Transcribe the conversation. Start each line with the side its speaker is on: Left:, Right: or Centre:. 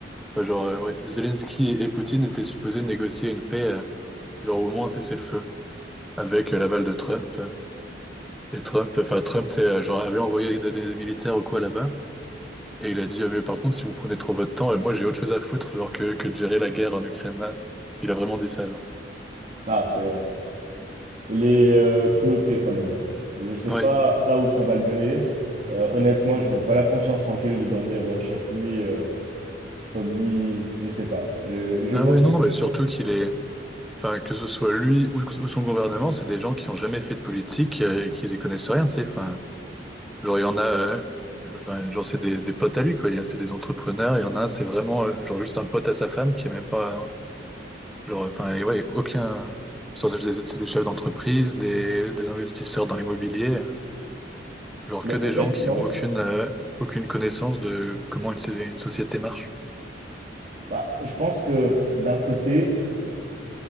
Centre: enfin, genre, euh, ouais, Zelensky et, et Poutine étaient supposés négocier une paix, euh, genre, au moins cesser le feu avec euh, l'aval de Trump. euh. Et Trump, enfin Trump, c'est euh, genre avait envoyé des, des- des militaires ou quoi là-bas. Et il a dit, Ah, mais par contre, si vous prenez trop votre temps, et moi j'ai autre chose à foutre, genre que, que de gérer la guerre en Ukraine. là. Il a vraiment dit ça, genre.
Right: Ah, c'est vrai. Il est euh, culotté quand même. Je sais
Centre: Ouais.
Right: pas là où ça va le mener. Euh, honnêtement, j'aurais pas la conscience tranquille de dormir euh, chaque nuit euh, comme lui. Je sais pas. Euh, je
Centre: Ah
Right: vois
Centre: ouais,
Right: que,
Centre: non, non, mais surtout qu'il est. Enfin, que ce soit lui ou, ou son gouvernement, c'est des gens qui ont jamais fait de politique euh, et qui y connaissent rien, tu sais. Enfin, genre, il y en a. euh, Enfin, genre, c'est des, des potes à lui, quoi. Il y a- C'est des entrepreneurs. Il y en a un, c'est vraiment, euh, genre, juste un pote à sa femme qui est même pas. euh, Genre, enfin, et ouais, aucun. C'est des c'est des chefs d'entreprise, des, des investisseurs dans l'immobilier. Genre
Right: mais
Centre: que des
Right: honnêtement,
Centre: gens qui ont aucune, euh, aucune connaissance de comment une, sé- une société marche.
Right: bah, je pense que d'un côté,